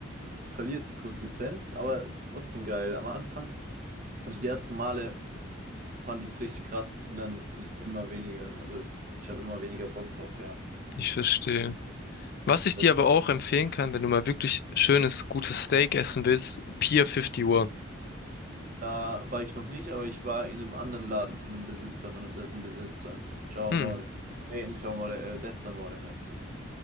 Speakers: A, on the right; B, on the left.
A: es verliert die Konsistenz, aber es ist trotzdem geil am Anfang. Also die ersten Male fand ich es richtig krass und dann immer weniger. Also es, ich habe immer weniger Bock drauf gehabt.
B: ich verstehe. Was ich
A: Als,
B: dir aber auch empfehlen kann, wenn du mal wirklich schönes, gutes Steak essen willst, Pier 51.
A: Da war ich noch nicht, aber ich war in einem anderen Laden von einem Besitzer, von einem selben Besitzer. Ciao
B: Hm.
A: Amore. Nee, nicht Ciao Amore, äh, Dez Amore heißt es.